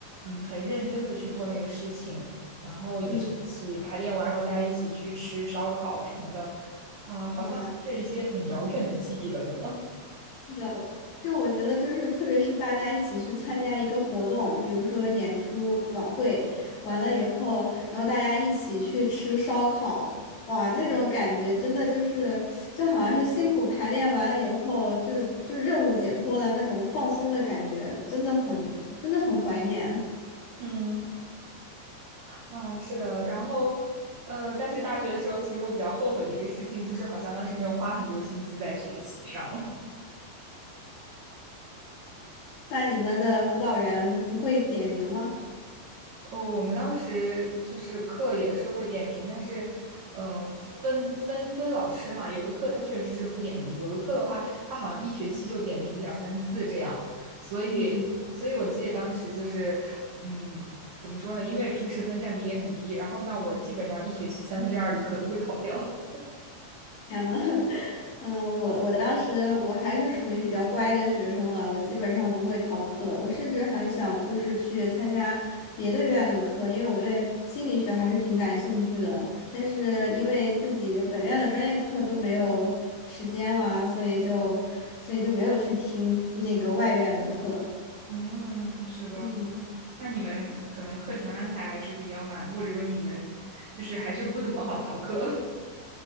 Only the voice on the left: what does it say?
嗯，
哇，
的。就我觉得，就是特别是大家一起去参加一个活动，比如说演出、晚会，完了以后，然后大家一起去吃烧烤，哇，那种感觉真的就是，就好像是辛苦排练完了以后，就就任务解脱了那种放松的感觉，真的很，真的很怀念。
<laughs> 那你们的辅导员不会点名吗？
嗯，
天呐，<laughs> 嗯，我我当时我还是属于比较乖的学生了，我基本上不会逃课，我甚至还想就是去参加别的院的课，因为我对心理学还是挺感兴趣的，但是因为自己本院的专业课都没有时间了啊所以就所以就没有去听那个外院的课。
嗯。